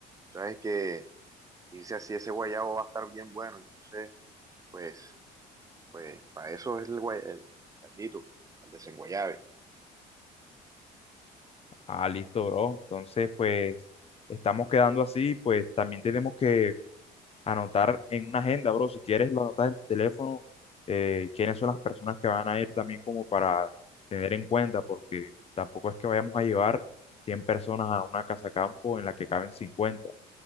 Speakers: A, on the right (about 20°); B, on the left (about 35°).
A: sabes que irse así ese guayabo va a estar bien bueno, entonces, pues, pues, para eso es el, guay- el- caldito, al desenguayabe.
B: Ah, listo, bro. Entonces, pues, estamos quedando así, pues también tenemos que anotar en una agenda, bro. Si quieres, lo anotas en tu teléfono, eh, quiénes son las personas que van a ir también como para tener en cuenta, porque tampoco es que vayamos a llevar 100 personas a una casa campo en la que caben 50.